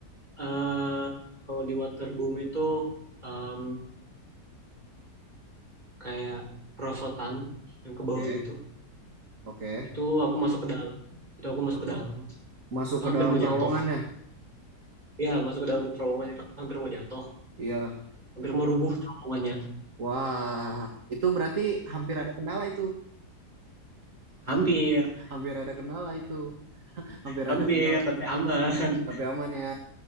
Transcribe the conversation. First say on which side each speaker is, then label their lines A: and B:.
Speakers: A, on the right; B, on the right.
A: eh kalau di waterboom itu em, kayak perosotan yang ke
B: Oke,
A: bawah gitu.
B: oke.
A: Itu aku masuk ke dalam. Itu aku masuk ke dalam.
B: Masuk
A: Itu
B: ke
A: hampir
B: dalam
A: mau
B: terowongan
A: jatuh.
B: ya?
A: Iya, masuk ke dalam terowongan itu hampir mau jatuh.
B: Iya.
A: Hampir mau rubuh terowongannya.
B: Wah, itu berarti hampir ada kendala itu.
A: Hampir,
B: Hampir ada kendala itu. Hampir
A: hampir,
B: ada kendala.
A: tapi aman. <laughs>
B: Tapi aman ya.